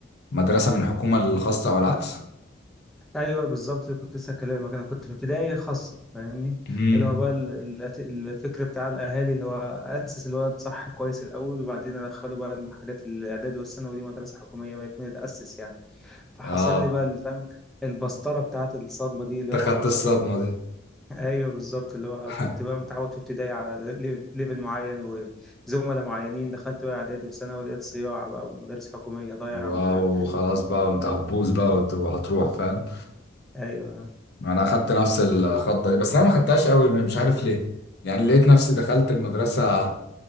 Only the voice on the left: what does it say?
مدرسه من حكومه للخاصه او العكس
امم
اه
انت خدت الصدمه دي
<laughs>
واو
خلاص بقى وانت هتبوظ بقى وهتروح فاهم
انا اخدت نفس الخضه دي بس انا ما خدتهاش قوي مش عارف ليه يعني لقيت نفسي دخلت المدرسه